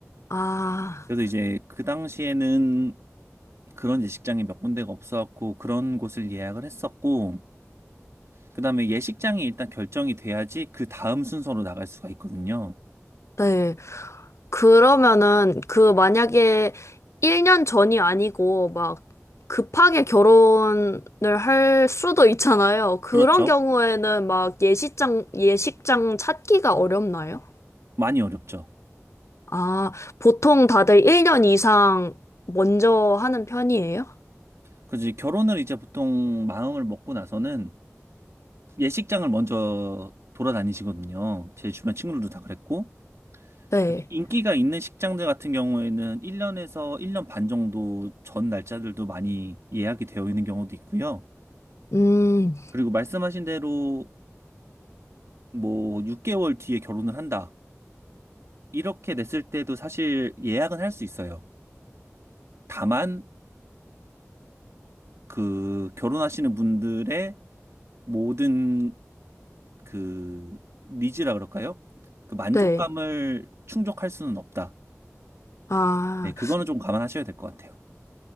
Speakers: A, on the left; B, on the right.
A: 아,
B: 그래서 이제 그 당시에는 그런 예식장이 몇 군데가 없어갖고 그런 곳을 예약을 했었고, 그 다음에 예식장이 일단 결정이 돼야지 그 다음 순서로 나갈 수가 있거든요.
A: 네. 그러면은 그 만약에 1년 전이 아니고 막 급하게 결혼을 할 수도 있잖아요. 그런
B: 그렇죠.
A: 경우에는 막 예식장, 예식장 찾기가 어렵나요?
B: 많이 어렵죠.
A: 아, 보통 다들 1년 이상 먼저 하는 편이에요?
B: 그래서 이제 결혼을 이제 보통 마음을 먹고 나서는 예식장을 먼저 돌아다니시거든요. 제 주변 친구들도 다 그랬고.
A: 네.
B: 그래서 인기가 있는 식장들 같은 경우에는 1년에서 1년 반 정도 전 날짜들도 많이 예약이 되어 있는 경우도 있고요.
A: 음,
B: 그리고 말씀하신 대로 뭐 6개월 뒤에 결혼을 한다. 이렇게 냈을 때도 사실 예약은 할 수 있어요. 다만 그 결혼하시는 분들의 모든 그 니즈라 그럴까요? 그 만족감을
A: 네.
B: 충족할 수는 없다.
A: 아,
B: 네, 그거는 좀 감안하셔야 될 것 같아요.